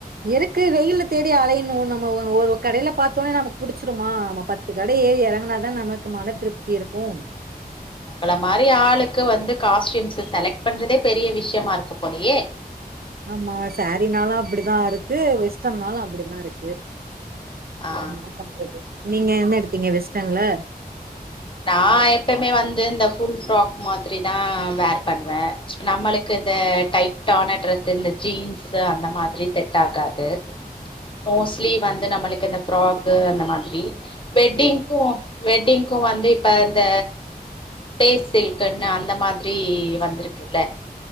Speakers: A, on the right; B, on the left.
A: இதுக்கு வெயில்ல தேடி அலையுணு நம்ம ஒ ஒரு கடையில பாத்தோன நமக்கு புடிச்சுருமா நம்ம பத்து கட ஏறி எறங்குனாதா நமக்கு மன திருப்தி இருக்கு
B: நம்பல மாறி ஆளுக்கு வந்து காஸ்ட்யூம்ஸ் செலக்ட் பண்றதே பெரிய விஷ்யமா இருக்கு போலையே
A: ஆமா சாரினாலு அப்டிதா இருக்கு வெஸ்ட்டன்னாலு அப்டிதா இருக்கு
B: ஆ
A: என்னா பன்றது நீங்க என்ன எடுத்தீங்க வெஸ்ட்டன்ல
B: நா எப்பமே வந்து இந்த ஃபுல் ஃப்ராக் மாதிரிதா வேர் பண்வன நம்மளுக்கு இந்த டைட்டான டிரெஸ்சு இந்த ஜீன்ஸ்சு அந்த மாதிரி செட்டாகாது டு மோஸ்லி வந்து நம்மளுக்கு இந்த ஃப்ராக்கு அந்த மாதிரி வெட்டிங்கூ வெட்டிங்க்கும் வந்துப் இப்ப இந்த ஃபேஸ் சில்க்குன்னு அந்த மாதிரி வந்திருக்குல்ல